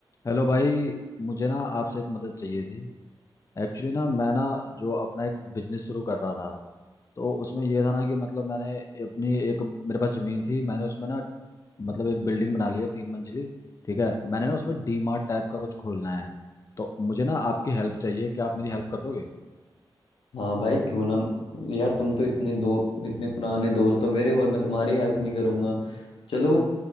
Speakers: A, on the left; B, on the left.
A: Hello भाई मुझे ना आपसे एक मदद चाहिए थी एक्चुअली ना मैं ना जो अपना एक बिजनेस शुरू कर रहा था तो उसमें ये था ना कि मतलब मैंने अपनी एक मेरे पास ज़मीन थी मैंने उसमें ना मतलब एक बिल्डिंग बना ली है तीन मंजिली ठीक है मैंने ना उसमें डी मार्ट टाइप का कुछ खोलना है तो मुझे ना आपकी हेल्प चाहिए क्या आप मेरी हेल्प कर दोगे
B: हाँ भाई क्यों ना यार तुम तो इतने दो इतने पुराने दोस्त हो मेरे और मैं तुम्हारी हेल्प नहीं करूंगा चलो